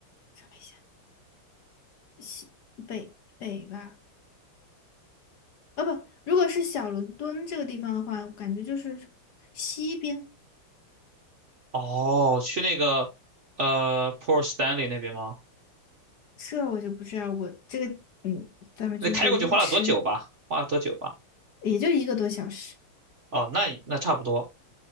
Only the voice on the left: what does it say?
找一下西北北吧，啊不，如果是小伦敦这个地方的话，我感觉就是西边，
这我就不知道，我这个嗯，咱们就是路痴，
也就一个多小时，